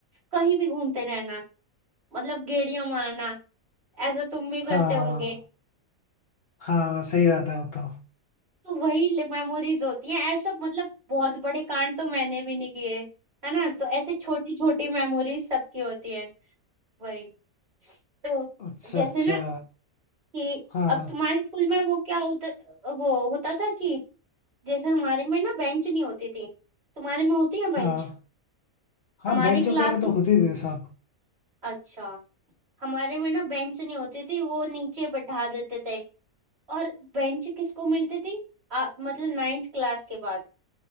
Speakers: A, on the right (about 45°); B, on the left (about 60°).
A: कहीं भी घूमते रहना मतलब गेड़ियां मारना ऐसा तुम भी करते
B: हाँ
A: होंगे
B: हाँ सही बात है वो तो
A: तो वही मेमोरीज होती हैं ऐसा मतलब बहुत बड़े कांड तो मैंने भी नहीं किए है ना तो ऐसे छोटी छोटी मेमोरीज सबकी होती है वही तो
B: <laughs> अच्छा
A: जैसे
B: अच्छा
A: ना कि
B: हाँ
A: अब तुम्हारे स्कूल में वो क्या होता वो होता था कि जैसे हमारे में ना बेंच नहीं होती थी तुम्हारे में होती है बेंच
B: हाँ हाँ
A: हमारे
B: बेंच वगैरह
A: क्लासरूम
B: तो होती थी सब
A: अच्छा हमारे में ना बेंच नहीं होती थी वो नीचे बैठा देते थे और बेंच किसको मिलती थी आ, मतलब नाइन्थ क्लास के बाद